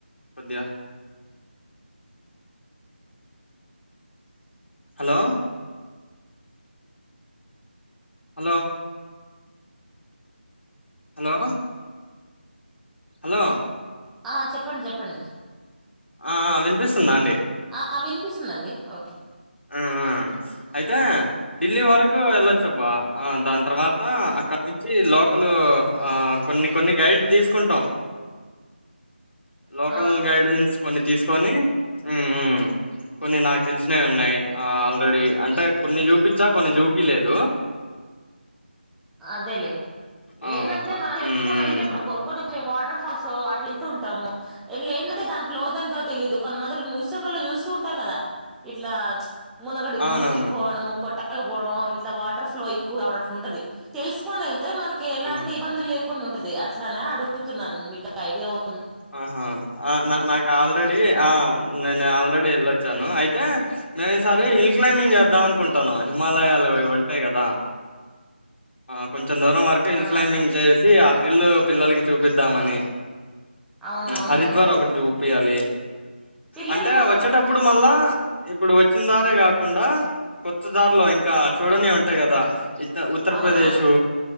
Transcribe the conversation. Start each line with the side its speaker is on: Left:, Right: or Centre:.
Left: కొద్దిగా హలో హలో హలో హలో
Centre: ఆ చెప్పండి చెప్పండి
Left: ఆ ఆ వినిపిస్తుందా అండి
Centre: ఆ వినిపిస్తుందండి ఓకే
Left: ఆ ఆ అయితే ఢిల్లీ వరకు వెళ్ళా చెబ్బా ఆ దాని తర్వాత అక్కడ వచ్చి లోకల్ ఆ కొన్ని కొన్ని గైడ్ తీసుకుంటాం లోకల్
Centre: ఆ
Left: గైడెన్స్ కొన్ని తీసుకొని హ్మ్ హ్మ్ కొన్ని నా తెలిసినవి ఉన్నాయి ఆల్ రెడీ అంటే కొన్ని చూపి వచ్చా కొన్ని చూపిలేదు
Centre: అదేలే
Left: ఆ
Centre: ఏందంటే
Left: అట్లా
Centre: మనం తెలుసుకొని
Left: మ్మ్ మ్మ్
Centre: వెళ్తే ఇప్పుడు కొ వాటర్ ఫాల్స్ సో అట్ వెళ్తూ ఉంటాము. ఇ ఏంటంటే దానికి లోతు ఎంతో తెలిదు. కొంతమంది న్యూస్ పేపర్ లో చూస్తూ ఉంటాం. కదా ఇట్లా మునగడు
Left: అవునవును
Centre: మునికి పోవనము కొట్ట తకపోవడం ఇట్లా వాటర్ ఫ్లో ఎక్కువ అవటట్లు ఉంటది తెలుసుకొని వెళ్తే మనకి ఎలాంటి
Left: ఆ
Centre: ఇబ్బందు లేకుండా ఉంటది అట్లానే అడుగుతున్నాను మీకు ఐడియా ఉ
Left: ఆహా ఆ నా నాకు ఆల్రెడీ ఆ నేను ఆల్రెడీ వెళ్ళొచ్చ వచ్చాను అయితే మేము ఈసారి హల్ కలంబి చేద్దాం అనుకుంటాం హిమాలయాలు ఇవ యి కదా కొంచం కొంచం దూరం వరకు హిల్
Centre: ఆ
Left: క్లైంబింగ్ చేసి ట్రిల్లు పిల్లలకి చూపిద్దామని
Centre: అవును అవునులే
Left: హరిద్వార
Centre: అంటే
Left: ఒకటి చూపిపియాలి
Centre: పిల్లలు
Left: అంటే వచ్చేటప్పుడు మళ్ళా ఇప్పుడు వచ్చిన దారే కాకుండా కొత్త దారిలో ఇంకా చూడని ఉంటాయి కదా ఇత్త ఉత్తరప్రదేశు
Centre: అవునవును